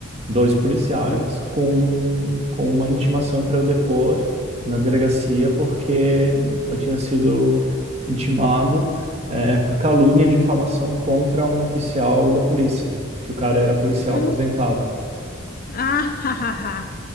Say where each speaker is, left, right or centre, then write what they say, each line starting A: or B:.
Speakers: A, on the right (about 30°); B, on the left (about 45°).
A: dois policiais
B: hum,
A: com, com uma intimação para eu depor na delegacia, porque eu tinha sido intimado eh, por calúnia e difamação contra um oficial da polícia, que o cara era policial
B: hum.
A: aposentado.
B: Ah, ha, ha, ha,